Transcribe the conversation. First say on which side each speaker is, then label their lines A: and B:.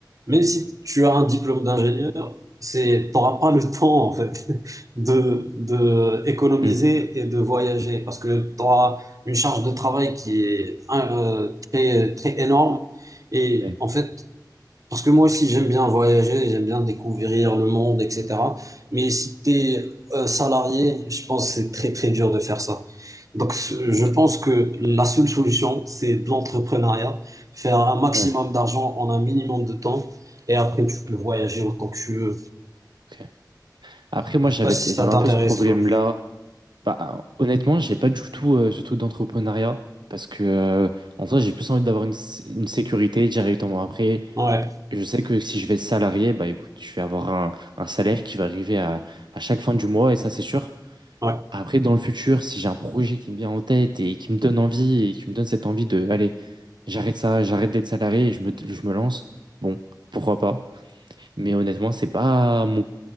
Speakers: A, on the right (about 50°); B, on the right (about 80°).
A: même si tu as un diplôme d'ingénieur, c'est, t'auras pas le <laughs> temps, en fait, <laughs> de, de économiser
B: Hmm.
A: et de voyager parce que tu auras une charge de travail qui est hein, euh, très, très énorme. Et
B: Ouais.
A: en fait, Parce que moi aussi, j'aime bien voyager, j'aime bien découvrir le monde, etc. Mais si tu es salarié, je pense que c'est très, très dur de faire ça. Donc, ce-
B: Ok.
A: je pense que la seule solution, c'est de l'entrepreneuriat, faire un maximum
B: Ouais.
A: d'argent en un minimum de temps, et après, tu peux voyager autant que tu veux.
B: Ok. Après, moi,
A: Je sais
B: j'avais,
A: pas si
B: j'avais
A: ça t'intéresse,
B: un peu ce problème-là.
A: toi.
B: Bah, honnêtement, j'ai pas du tout euh, ce truc d'entrepreneuriat parce que, euh, en soi, j'ai plus envie d'avoir une, sé- une sécurité directement. Après,
A: Ouais,
B: je sais que si je vais être salarié, bah, écoute, je vais avoir un, un salaire qui va arriver à, à chaque fin du mois et ça, c'est sûr.
A: ouais.
B: Après, dans le futur, si j'ai un projet qui me vient en tête et qui me donne envie et qui me donne cette envie de, allez, j'arrête ça, j'arrête d'être salarié et je me, je me lance, bon, pourquoi pas. Mais honnêtement, c'est pas mon